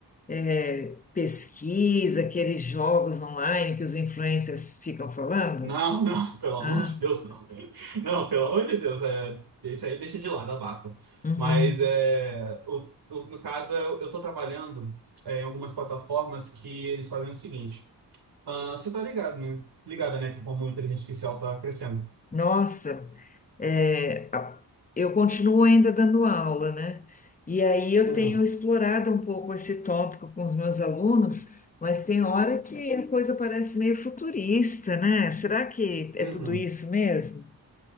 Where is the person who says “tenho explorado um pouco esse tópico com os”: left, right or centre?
Left